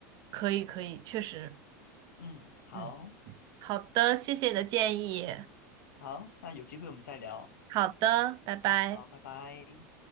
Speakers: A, on the right; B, on the left.
A: 可以，可以，确实，
B: 嗯，好，
A: 嗯，好的，谢谢你的建议，
B: 好，那有机会我们再聊。
A: 好的，拜拜。
B: 好，拜拜。